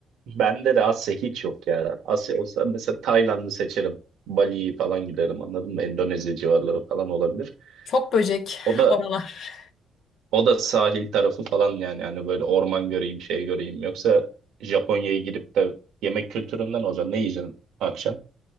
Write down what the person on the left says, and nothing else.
Çok böcek
<laughs>
oralar.